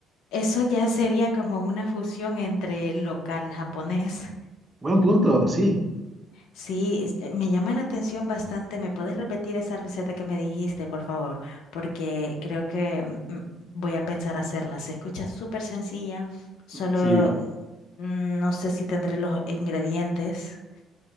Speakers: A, on the left; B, on the right.
A: Eso ya sería como una fusión entre local japonés.
B: Buen punto, sí.
A: Sí, es- eh, me llama la atención bastante. ¿Me puedes repetir esa receta que me dijiste, por favor? Porque creo que mm, mm, voy a pensar hacerla. Se escucha súper sencilla, solo
B: Sí,
A: mm, mm, no sé si tendré los ingredientes.